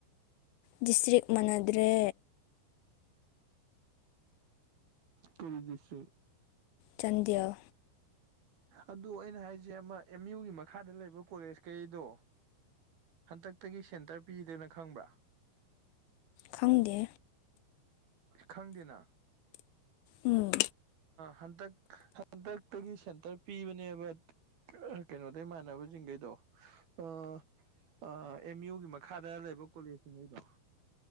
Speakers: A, on the left; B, on the right.
A: ꯗꯤꯁꯇ꯭ꯔꯤꯛ ꯃꯥꯟꯅꯗ꯭ꯔꯦ
B: ꯀꯔꯤꯗꯁꯤ꯭ꯔꯤ
A: ꯆꯟꯗꯌꯦꯜ
B: ꯑꯗꯨ ꯑꯩꯅ ꯍꯥꯏꯁꯦ ꯑꯃ ꯑꯦꯝ ꯌꯨꯒꯤ ꯃꯈꯥꯗ ꯂꯩꯕ ꯀꯣꯂꯦꯖ ꯀꯩꯗꯣ ꯍꯟꯇꯛꯇꯒꯤ ꯁꯦꯟꯇꯔ ꯄꯤꯗꯦꯅ ꯈꯪꯕ꯭ꯔꯥ
A: ꯈꯪꯗꯦ
B: ꯈꯪꯗꯦꯅ
A: ꯎꯝ
B: ꯍꯟꯗꯛ ꯍꯟꯗꯛꯇꯒꯤ ꯁꯦꯟꯇꯔ ꯄꯤꯕꯅꯦꯕ ꯀꯩꯅꯣꯗꯩ ꯏꯃꯥꯟꯅꯕꯁꯤꯡꯈꯩꯗꯣ ꯑ ꯑ ꯑꯦꯝ ꯌꯨꯒꯤ ꯃꯈꯥꯗ ꯂꯩꯕ ꯀꯣꯂꯦꯖꯁꯤꯉꯩꯗꯣ